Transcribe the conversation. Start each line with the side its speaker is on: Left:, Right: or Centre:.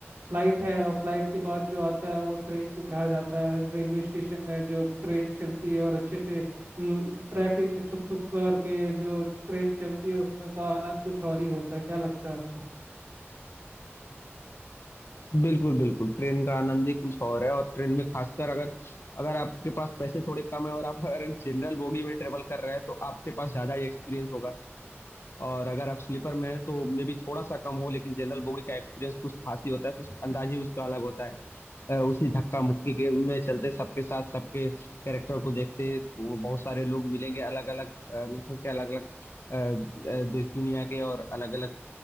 Right: फ्लाइट है और फ्लाइट के बाद जो आता है वो ट्रेन को कहा जाता है रेलवे स्टेशन में जो ट्रेन चलती है और अच्छे से ट्रैफिक में छुक छुक करके जो ट्रेन चलती है उसमें का आनंद कुछ और ही होता है क्या लगता है आपको
Left: बिल्कुल बिल्कुल ट्रेन का आनंद ही कुछ और है और ट्रेन में खासकर अगर अगर आपके पास पैसे थोड़े कम है और आप अगर जनरल बोगी में ट्रेवल कर रहे हैं तो आपके पास ज्यादा ही एक्सपीरियंस होगा और अगर आप स्लीपर में है तो मे बी थोड़ा सा कम हो लेकिन जनरल बोगी का एक्सपीरियंस कुछ खास ही होता है कुछ अंदाज ही उसका अलग होता है अ, उसी धक्का मुक्की के में चलते सबके साथ सबके कैरेक्टर को देखते वो बहुत सारे लोग मिलेंगे अलग अलग नस्ल के अलग अलग दुनिया के और अलग अलग